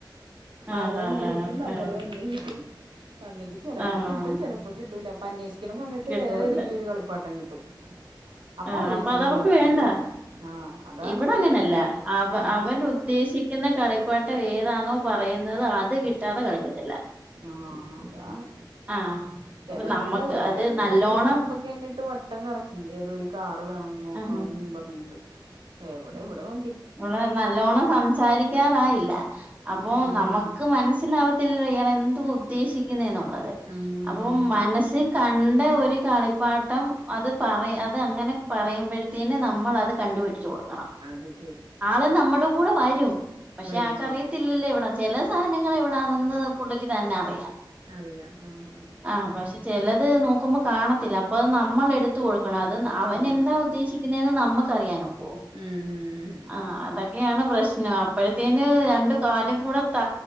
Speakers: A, on the right; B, on the right.
A: ആഹ്
B: ആളും
A: ആഹ്
B: അന്വേഷിക്കും
A: ആഹ്
B: നമ്മളും
A: ആഹ്
B: അന്വേഷിക്കും എന്നിട്ട് ചെലപ്പോ
A: ആഹ്
B: കിട്ടും ചെലപ്പോ കിട്ടൂല അന്വേഷിക്ക്ണ സമയത്ത്
A: കിട്ടുവല്ല
B: വേറെ ഏതെങ്കിലും ഒരു കളിപ്പാട്ടം കിട്ടും. അപ്പോൾ
A: ആഹ്
B: അത്
A: അപ്പ
B: വെച്ചിരുന്ന്
A: അതവർക്ക്
B: കളിക്കും
A: വേണ്ട
B: പിന്നെ ആ അതാണ്
A: ഇവിടെ അങ്ങനല്ല അവ
B: ആ
A: അവൻ ഉദ്ദേശി തിക്കുന്ന കളിപ്പാട്ടം ഏതാന്നോ പറയുന്നത് അത് കിട്ടാതെ കളിക്കത്തില്ല
B: ആഹ് അതാണ്
A: ആഹ്
B: ചെലേ
A: അപ്പൊ നമ്മക്ക്
B: സമയം പോയി
A: അത്
B: കഴിഞ്ഞ
A: നല്ലോണം
B: രണ്ടു ദിവസം മുമ്പൊക്കെ എന്നെ ഇട്ട് വട്ടം കറക്കി ഏതൊരു കാറ് വേണംന്ന് നോക്കണംന്ന്
A: ആഹ്
B: പറഞ്ഞിട്ട് എവിടെ വിടെ നൊ
A: മോളെ നല്ലോണം സംസാരിക്കാറായില്ല. അപ്പൊ
B: ഉം ഹും
A: നമുക്ക്
B: ഹും ഹും.
A: മനസ്സിലാവത്തില്ലലോ ഇയാള് എന്തോ ഉദ്ദേശിക്കുന്നേന്നുള്ളത്
B: ഉം
A: അപ്പൊ
B: ഹും ഹും.
A: മനസി കണ്ട ഒരു കളി പാട്ടം അത് പറ അത് അങ്ങനെ പറയുമ്പോഴത്തേന് നമ്മൾ അത് കണ്ടുപിടിച്ചു കൊടു
B: അത് ശ്
A: ആള് നമ്മുടെ കൂടെ വരും പക്ഷെ
B: വരും
A: ആക്കറിയത്തില്ലല്ലേ
B: വരും
A: ഇവിടെ ചില സാധനങ്ങൾ വിടാണെന്ന് പുള്ളിക്ക് തന്നെ അറിയാ
B: അറിയാം ആ ആ
A: ആഹ് പക്ഷെ ചെലത് നോക്കുമ്പോ കാണത്തില്ല. അപ്പൊ അത് നമ്മള് എടുത്ത് കൊ ക്കണോ അത് അവൻ
B: ആ ആ
A: എന്താ ഉദ്ദേശിക്കുന്നെന്ന് നമ്മുക്കറിയാനോക്കുവോ
B: ഉം.
A: ആഹ് അതൊക്കെയാണ് പ്രശ്നം അപ്പോഴത്തേന് രണ്ട് കാലും കൂടെ ത